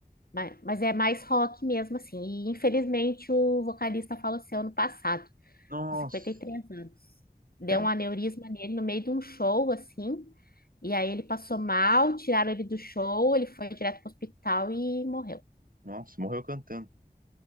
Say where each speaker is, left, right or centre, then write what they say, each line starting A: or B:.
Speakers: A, on the left (about 65°); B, on the right (about 55°).
A: mas, mas é mais rock mesmo assim. E infelizmente o vocalista faleceu ano passado,
B: Nossa.
A: com cinquenta e três anos. Deu
B: Pena.
A: um aneurisma nele no meio de um show assim, e aí ele passou mal, tiraram ele do show, ele foi direto para o hospital e morreu.
B: Nossa, morreu cantando.